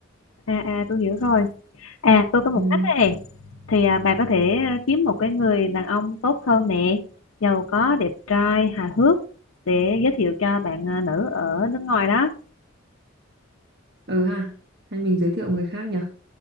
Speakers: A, on the left; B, on the right.
A: à à tôi hiểu rồi à tôi có một
B: ừ.
A: cách đây này thì à, bà có thể ờ, kiếm một cái người đàn ông tốt hơn nè giàu có đẹp trai hài hước để giới thiệu cho bạn ờ, nữ ở nước ngoài đó
B: ừ ha hay mình giới thiệu người khác nhỉ